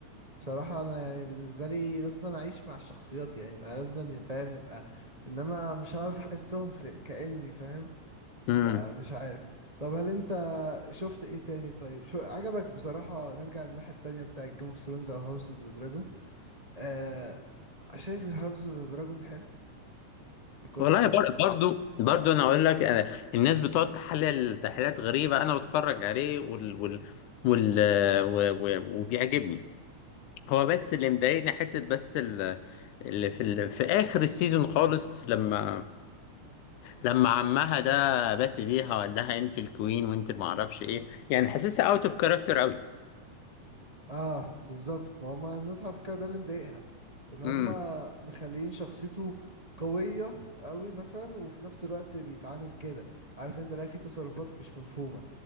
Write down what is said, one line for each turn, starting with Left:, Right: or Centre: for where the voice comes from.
Right: بصراحة انا يعني بالنسبة لي لازم أنا اعيش مع الشخصيات يعني يبقى لازم أن- فاهم يبقى انما مش عارف احسهم في كأنمي فاهم
Left: امم
Right: فمش عارف طب هل انت شفت ايه تاني طيب شو عجبك بصراحة نرجع للناحية التانية بتاع جيم اوف ثرونز او هاوس اوف ذا دراجون آه شايف هاوس اوف ذا دراجون حلو بكل
Left: والله
Right: صراحة
Left: بر-
Right: يعني.
Left: برضو برضو انا اقول لك أنا الناس بتقعد تحلل تحليلات غريبه انا بتفرج عليه وال وال وال و- و- وبيعجبني هو بس اللي مضايقني حته بس ال- اللي في ال... في اخر السيزون خالص لما لما عمها ده بس بيها وقال لها انت الكوين وانت ما اعرفش ايه يعني حاسسها اوت اوف كاركتر قوي
Right: اه بالظبط ما هما الناس على فكرة ده اللي مضايقها ان هما
Left: امم
Right: مخليين شخصيته قوية قوي مثلا وفي نفس الوقت بيتعامل كده عارف انت لا في تصرفات مش مفهومة